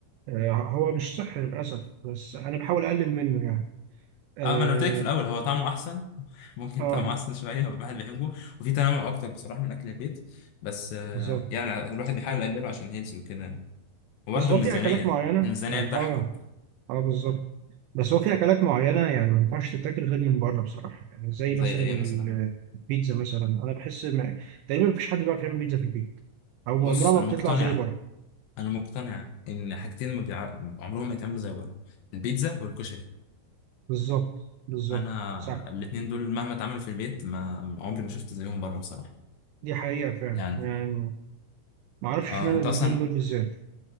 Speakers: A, on the right (about 85°); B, on the left (about 75°).
A: آه، هو مش صحي للأسف بس أنا بحاول أقلل منه يعني آه,
B: اه ما انا قلت لك في الاول هو طعمه احسن <laughs> ممكن
A: آه
B: طعمه احسن شويه هو الواحد بيحبه وفي تنوع اكتر بصراحه من اكل البيت بس آه
A: بالظبط
B: يعني الواحد بيحاول يقلله عشان هيلثي وكده يعني وبرده
A: بس هو
B: الميزانيه
A: في أكلات معينة
B: الميزانيه
A: يعني
B: بتحكم
A: آه آه بالظبط بس هو في أكلات معينة يعني ما ينفعش تتاكل غير من بره بصراحة يعني زي
B: زي
A: مثلا
B: ايه مثلا
A: البيتزا مثلا أنا بحس ما... تقريبا مفيش حد بيعرف يعمل بيتزا في البيت أو
B: بص
A: عمرها ما
B: انا
A: بتطلع
B: مقتنع
A: زي بره
B: انا مقتنع ان حاجتين ما بيع... عمرهم ما يتعملوا زي بره البيتزا والكشري
A: بالظبط بالظبط
B: انا
A: صح
B: الاتنين دول مهما اتعملوا في البيت ما عمري ما شفت زيهم بره بصراحه
A: دي حقيقة فعلا
B: يعني
A: يعني ما أعرفش
B: اه
A: إشمعنى
B: انت
A: الاتنين
B: اصلا
A: دول بالذات